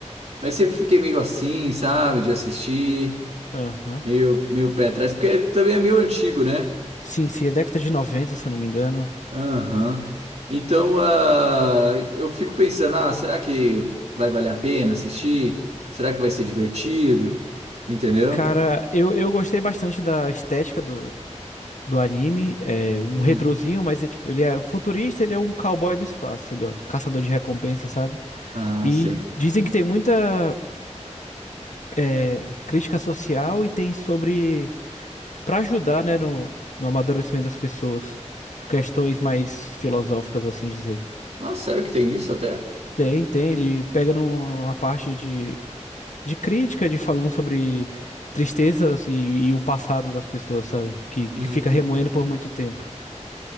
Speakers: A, on the right; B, on the left.
A: Mas sempre fiquei meio assim, sabe, de assistir.
B: Aham.
A: Meio, meio pé atrás, porque também é meio antigo, né?
B: Sim, sim, é década de 90 se eu não me engano.
A: Aham. Então, ah, eu fico pensando, ah, será que vai valer a pena assistir? Será que vai ser divertido? Entendeu?
B: Cara, eu, eu gostei bastante da estética do, do anime. É um
A: Hum.
B: retrozinho, mas é tipo, ele é um futurista, ele é um cowboy do espaço, ele é um caçador de recompensa, sabe?
A: Ah,
B: E
A: sei.
B: dizem que tem muita é, crítica social e tem sobre para ajudar, né, no, no amadurecimento das pessoas. Tipo, questões mais filosóficas, assim dizer.
A: Ah, sério que tem isso até?
B: Tem, tem, ele pega num- numa parte de, de crítica, de falando sobre tristezas e, e o passado das pessoas, sabe? Que, que
A: Hum.
B: fica remoendo por muito tempo.